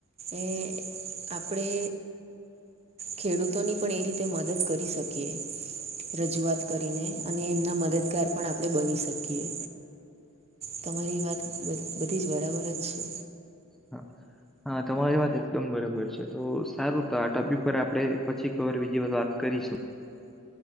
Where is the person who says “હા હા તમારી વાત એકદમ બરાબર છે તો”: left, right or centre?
Centre